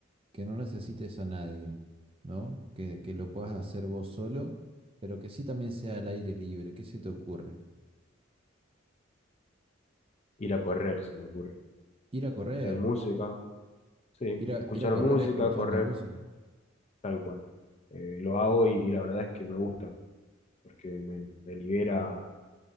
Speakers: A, on the right; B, on the left.
A: que no necesites a nadie, ¿no? Que, que lo puedas hacer vos solo, pero que sí también sea al aire libre. ¿Qué se te ocurre?
B: Ir a correr, se me ocurre.
A: Ir a
B: Escuchar
A: correr,
B: música, sí,
A: ir a,
B: escuchar
A: ir a correr
B: música,
A: escuchando
B: correr.
A: música.
B: Tal cual. Eh, lo hago y, y la verdad es que me gusta, porque me, me libera,